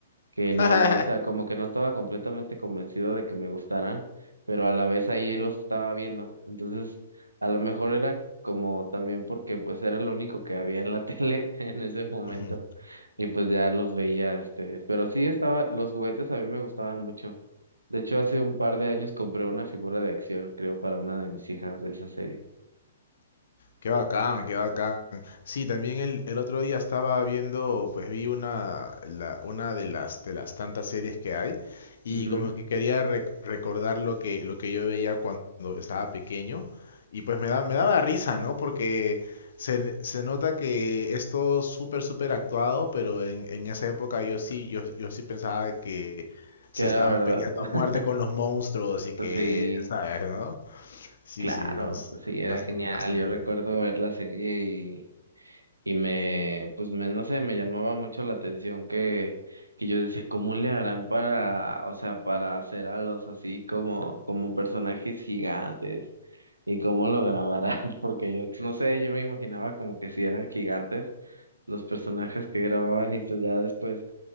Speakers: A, on the right (about 85°); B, on the left (about 60°).
A: que no,
B: <laughs>
A: o sea, como que no estaba completamente convencido de que me gustaran, pero a la vez ahí los estaba viendo. Entonces, a lo mejor era como también porque pues era lo único que había en la <laughs> tele en ese momento
B: Ujú.
A: y pues ya los veía, este, pero sí estaban, los juguetes a mí me gustaban mucho. De hecho, hace un par de años compré una figura de acción, creo, para una de mis hijas de esa serie.
B: Qué bacán, qué bacán. Sí, también el, el otro día estaba viendo, pues vi una, la- una de las, de las tantas series que hay y
A: Ujú,
B: como que quería rec- recordar lo que, lo que yo veía cuando estaba pequeño y pues me da, me daba risa, ¿no? Porque se, se nota que es todo súper, súper actuado, pero en, en esa época yo sí, yo, yo sí pensaba que se
A: Que era
B: estaban
A: verdad.
B: peleando
A: <laughs>
B: a muerte con los monstruos y que,
A: Sí,
B: ¿sabes, no? Sí,
A: claro,
B: sí, bas-
A: sí, era
B: bas-
A: genial.
B: bastante
A: Yo recuerdo
B: bueno.
A: ver la serie Y me, pues me, no sé, me llamaba mucho la atención que, que yo decía, ¿cómo le harán para, o sea, para hacer a los así como, como personajes gigantes? ¿Y cómo lo grabarán? <laughs> Porque yo, no sé, yo me imaginaba como que si eran gigantes los personajes que grababan y pues ya después